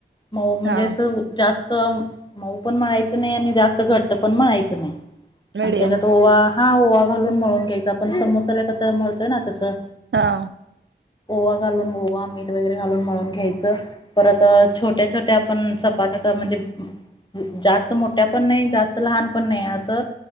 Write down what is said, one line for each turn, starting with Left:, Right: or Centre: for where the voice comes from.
Left: मऊ म्हणजे
Right: हा
Left: असं जास्त मऊ पण मळायचं नाही आणि जास्त घट्ट पण मळायचं नाही
Right: मिडियम
Left: आणि त्याच्यात ओवा हा ओवा घालून मळून घ्यायचा आपण समोसाला कसं मिळतोय ना तसं
Right: हा.
Left: ओवा घालून ओवा मीठ वगैरे घालून मळून घ्यायचं परत छोट्या छोट्या आपण चपातिला म्हणजे जास्त मोठ्या पण नाही जास्त लहान पण नाही असं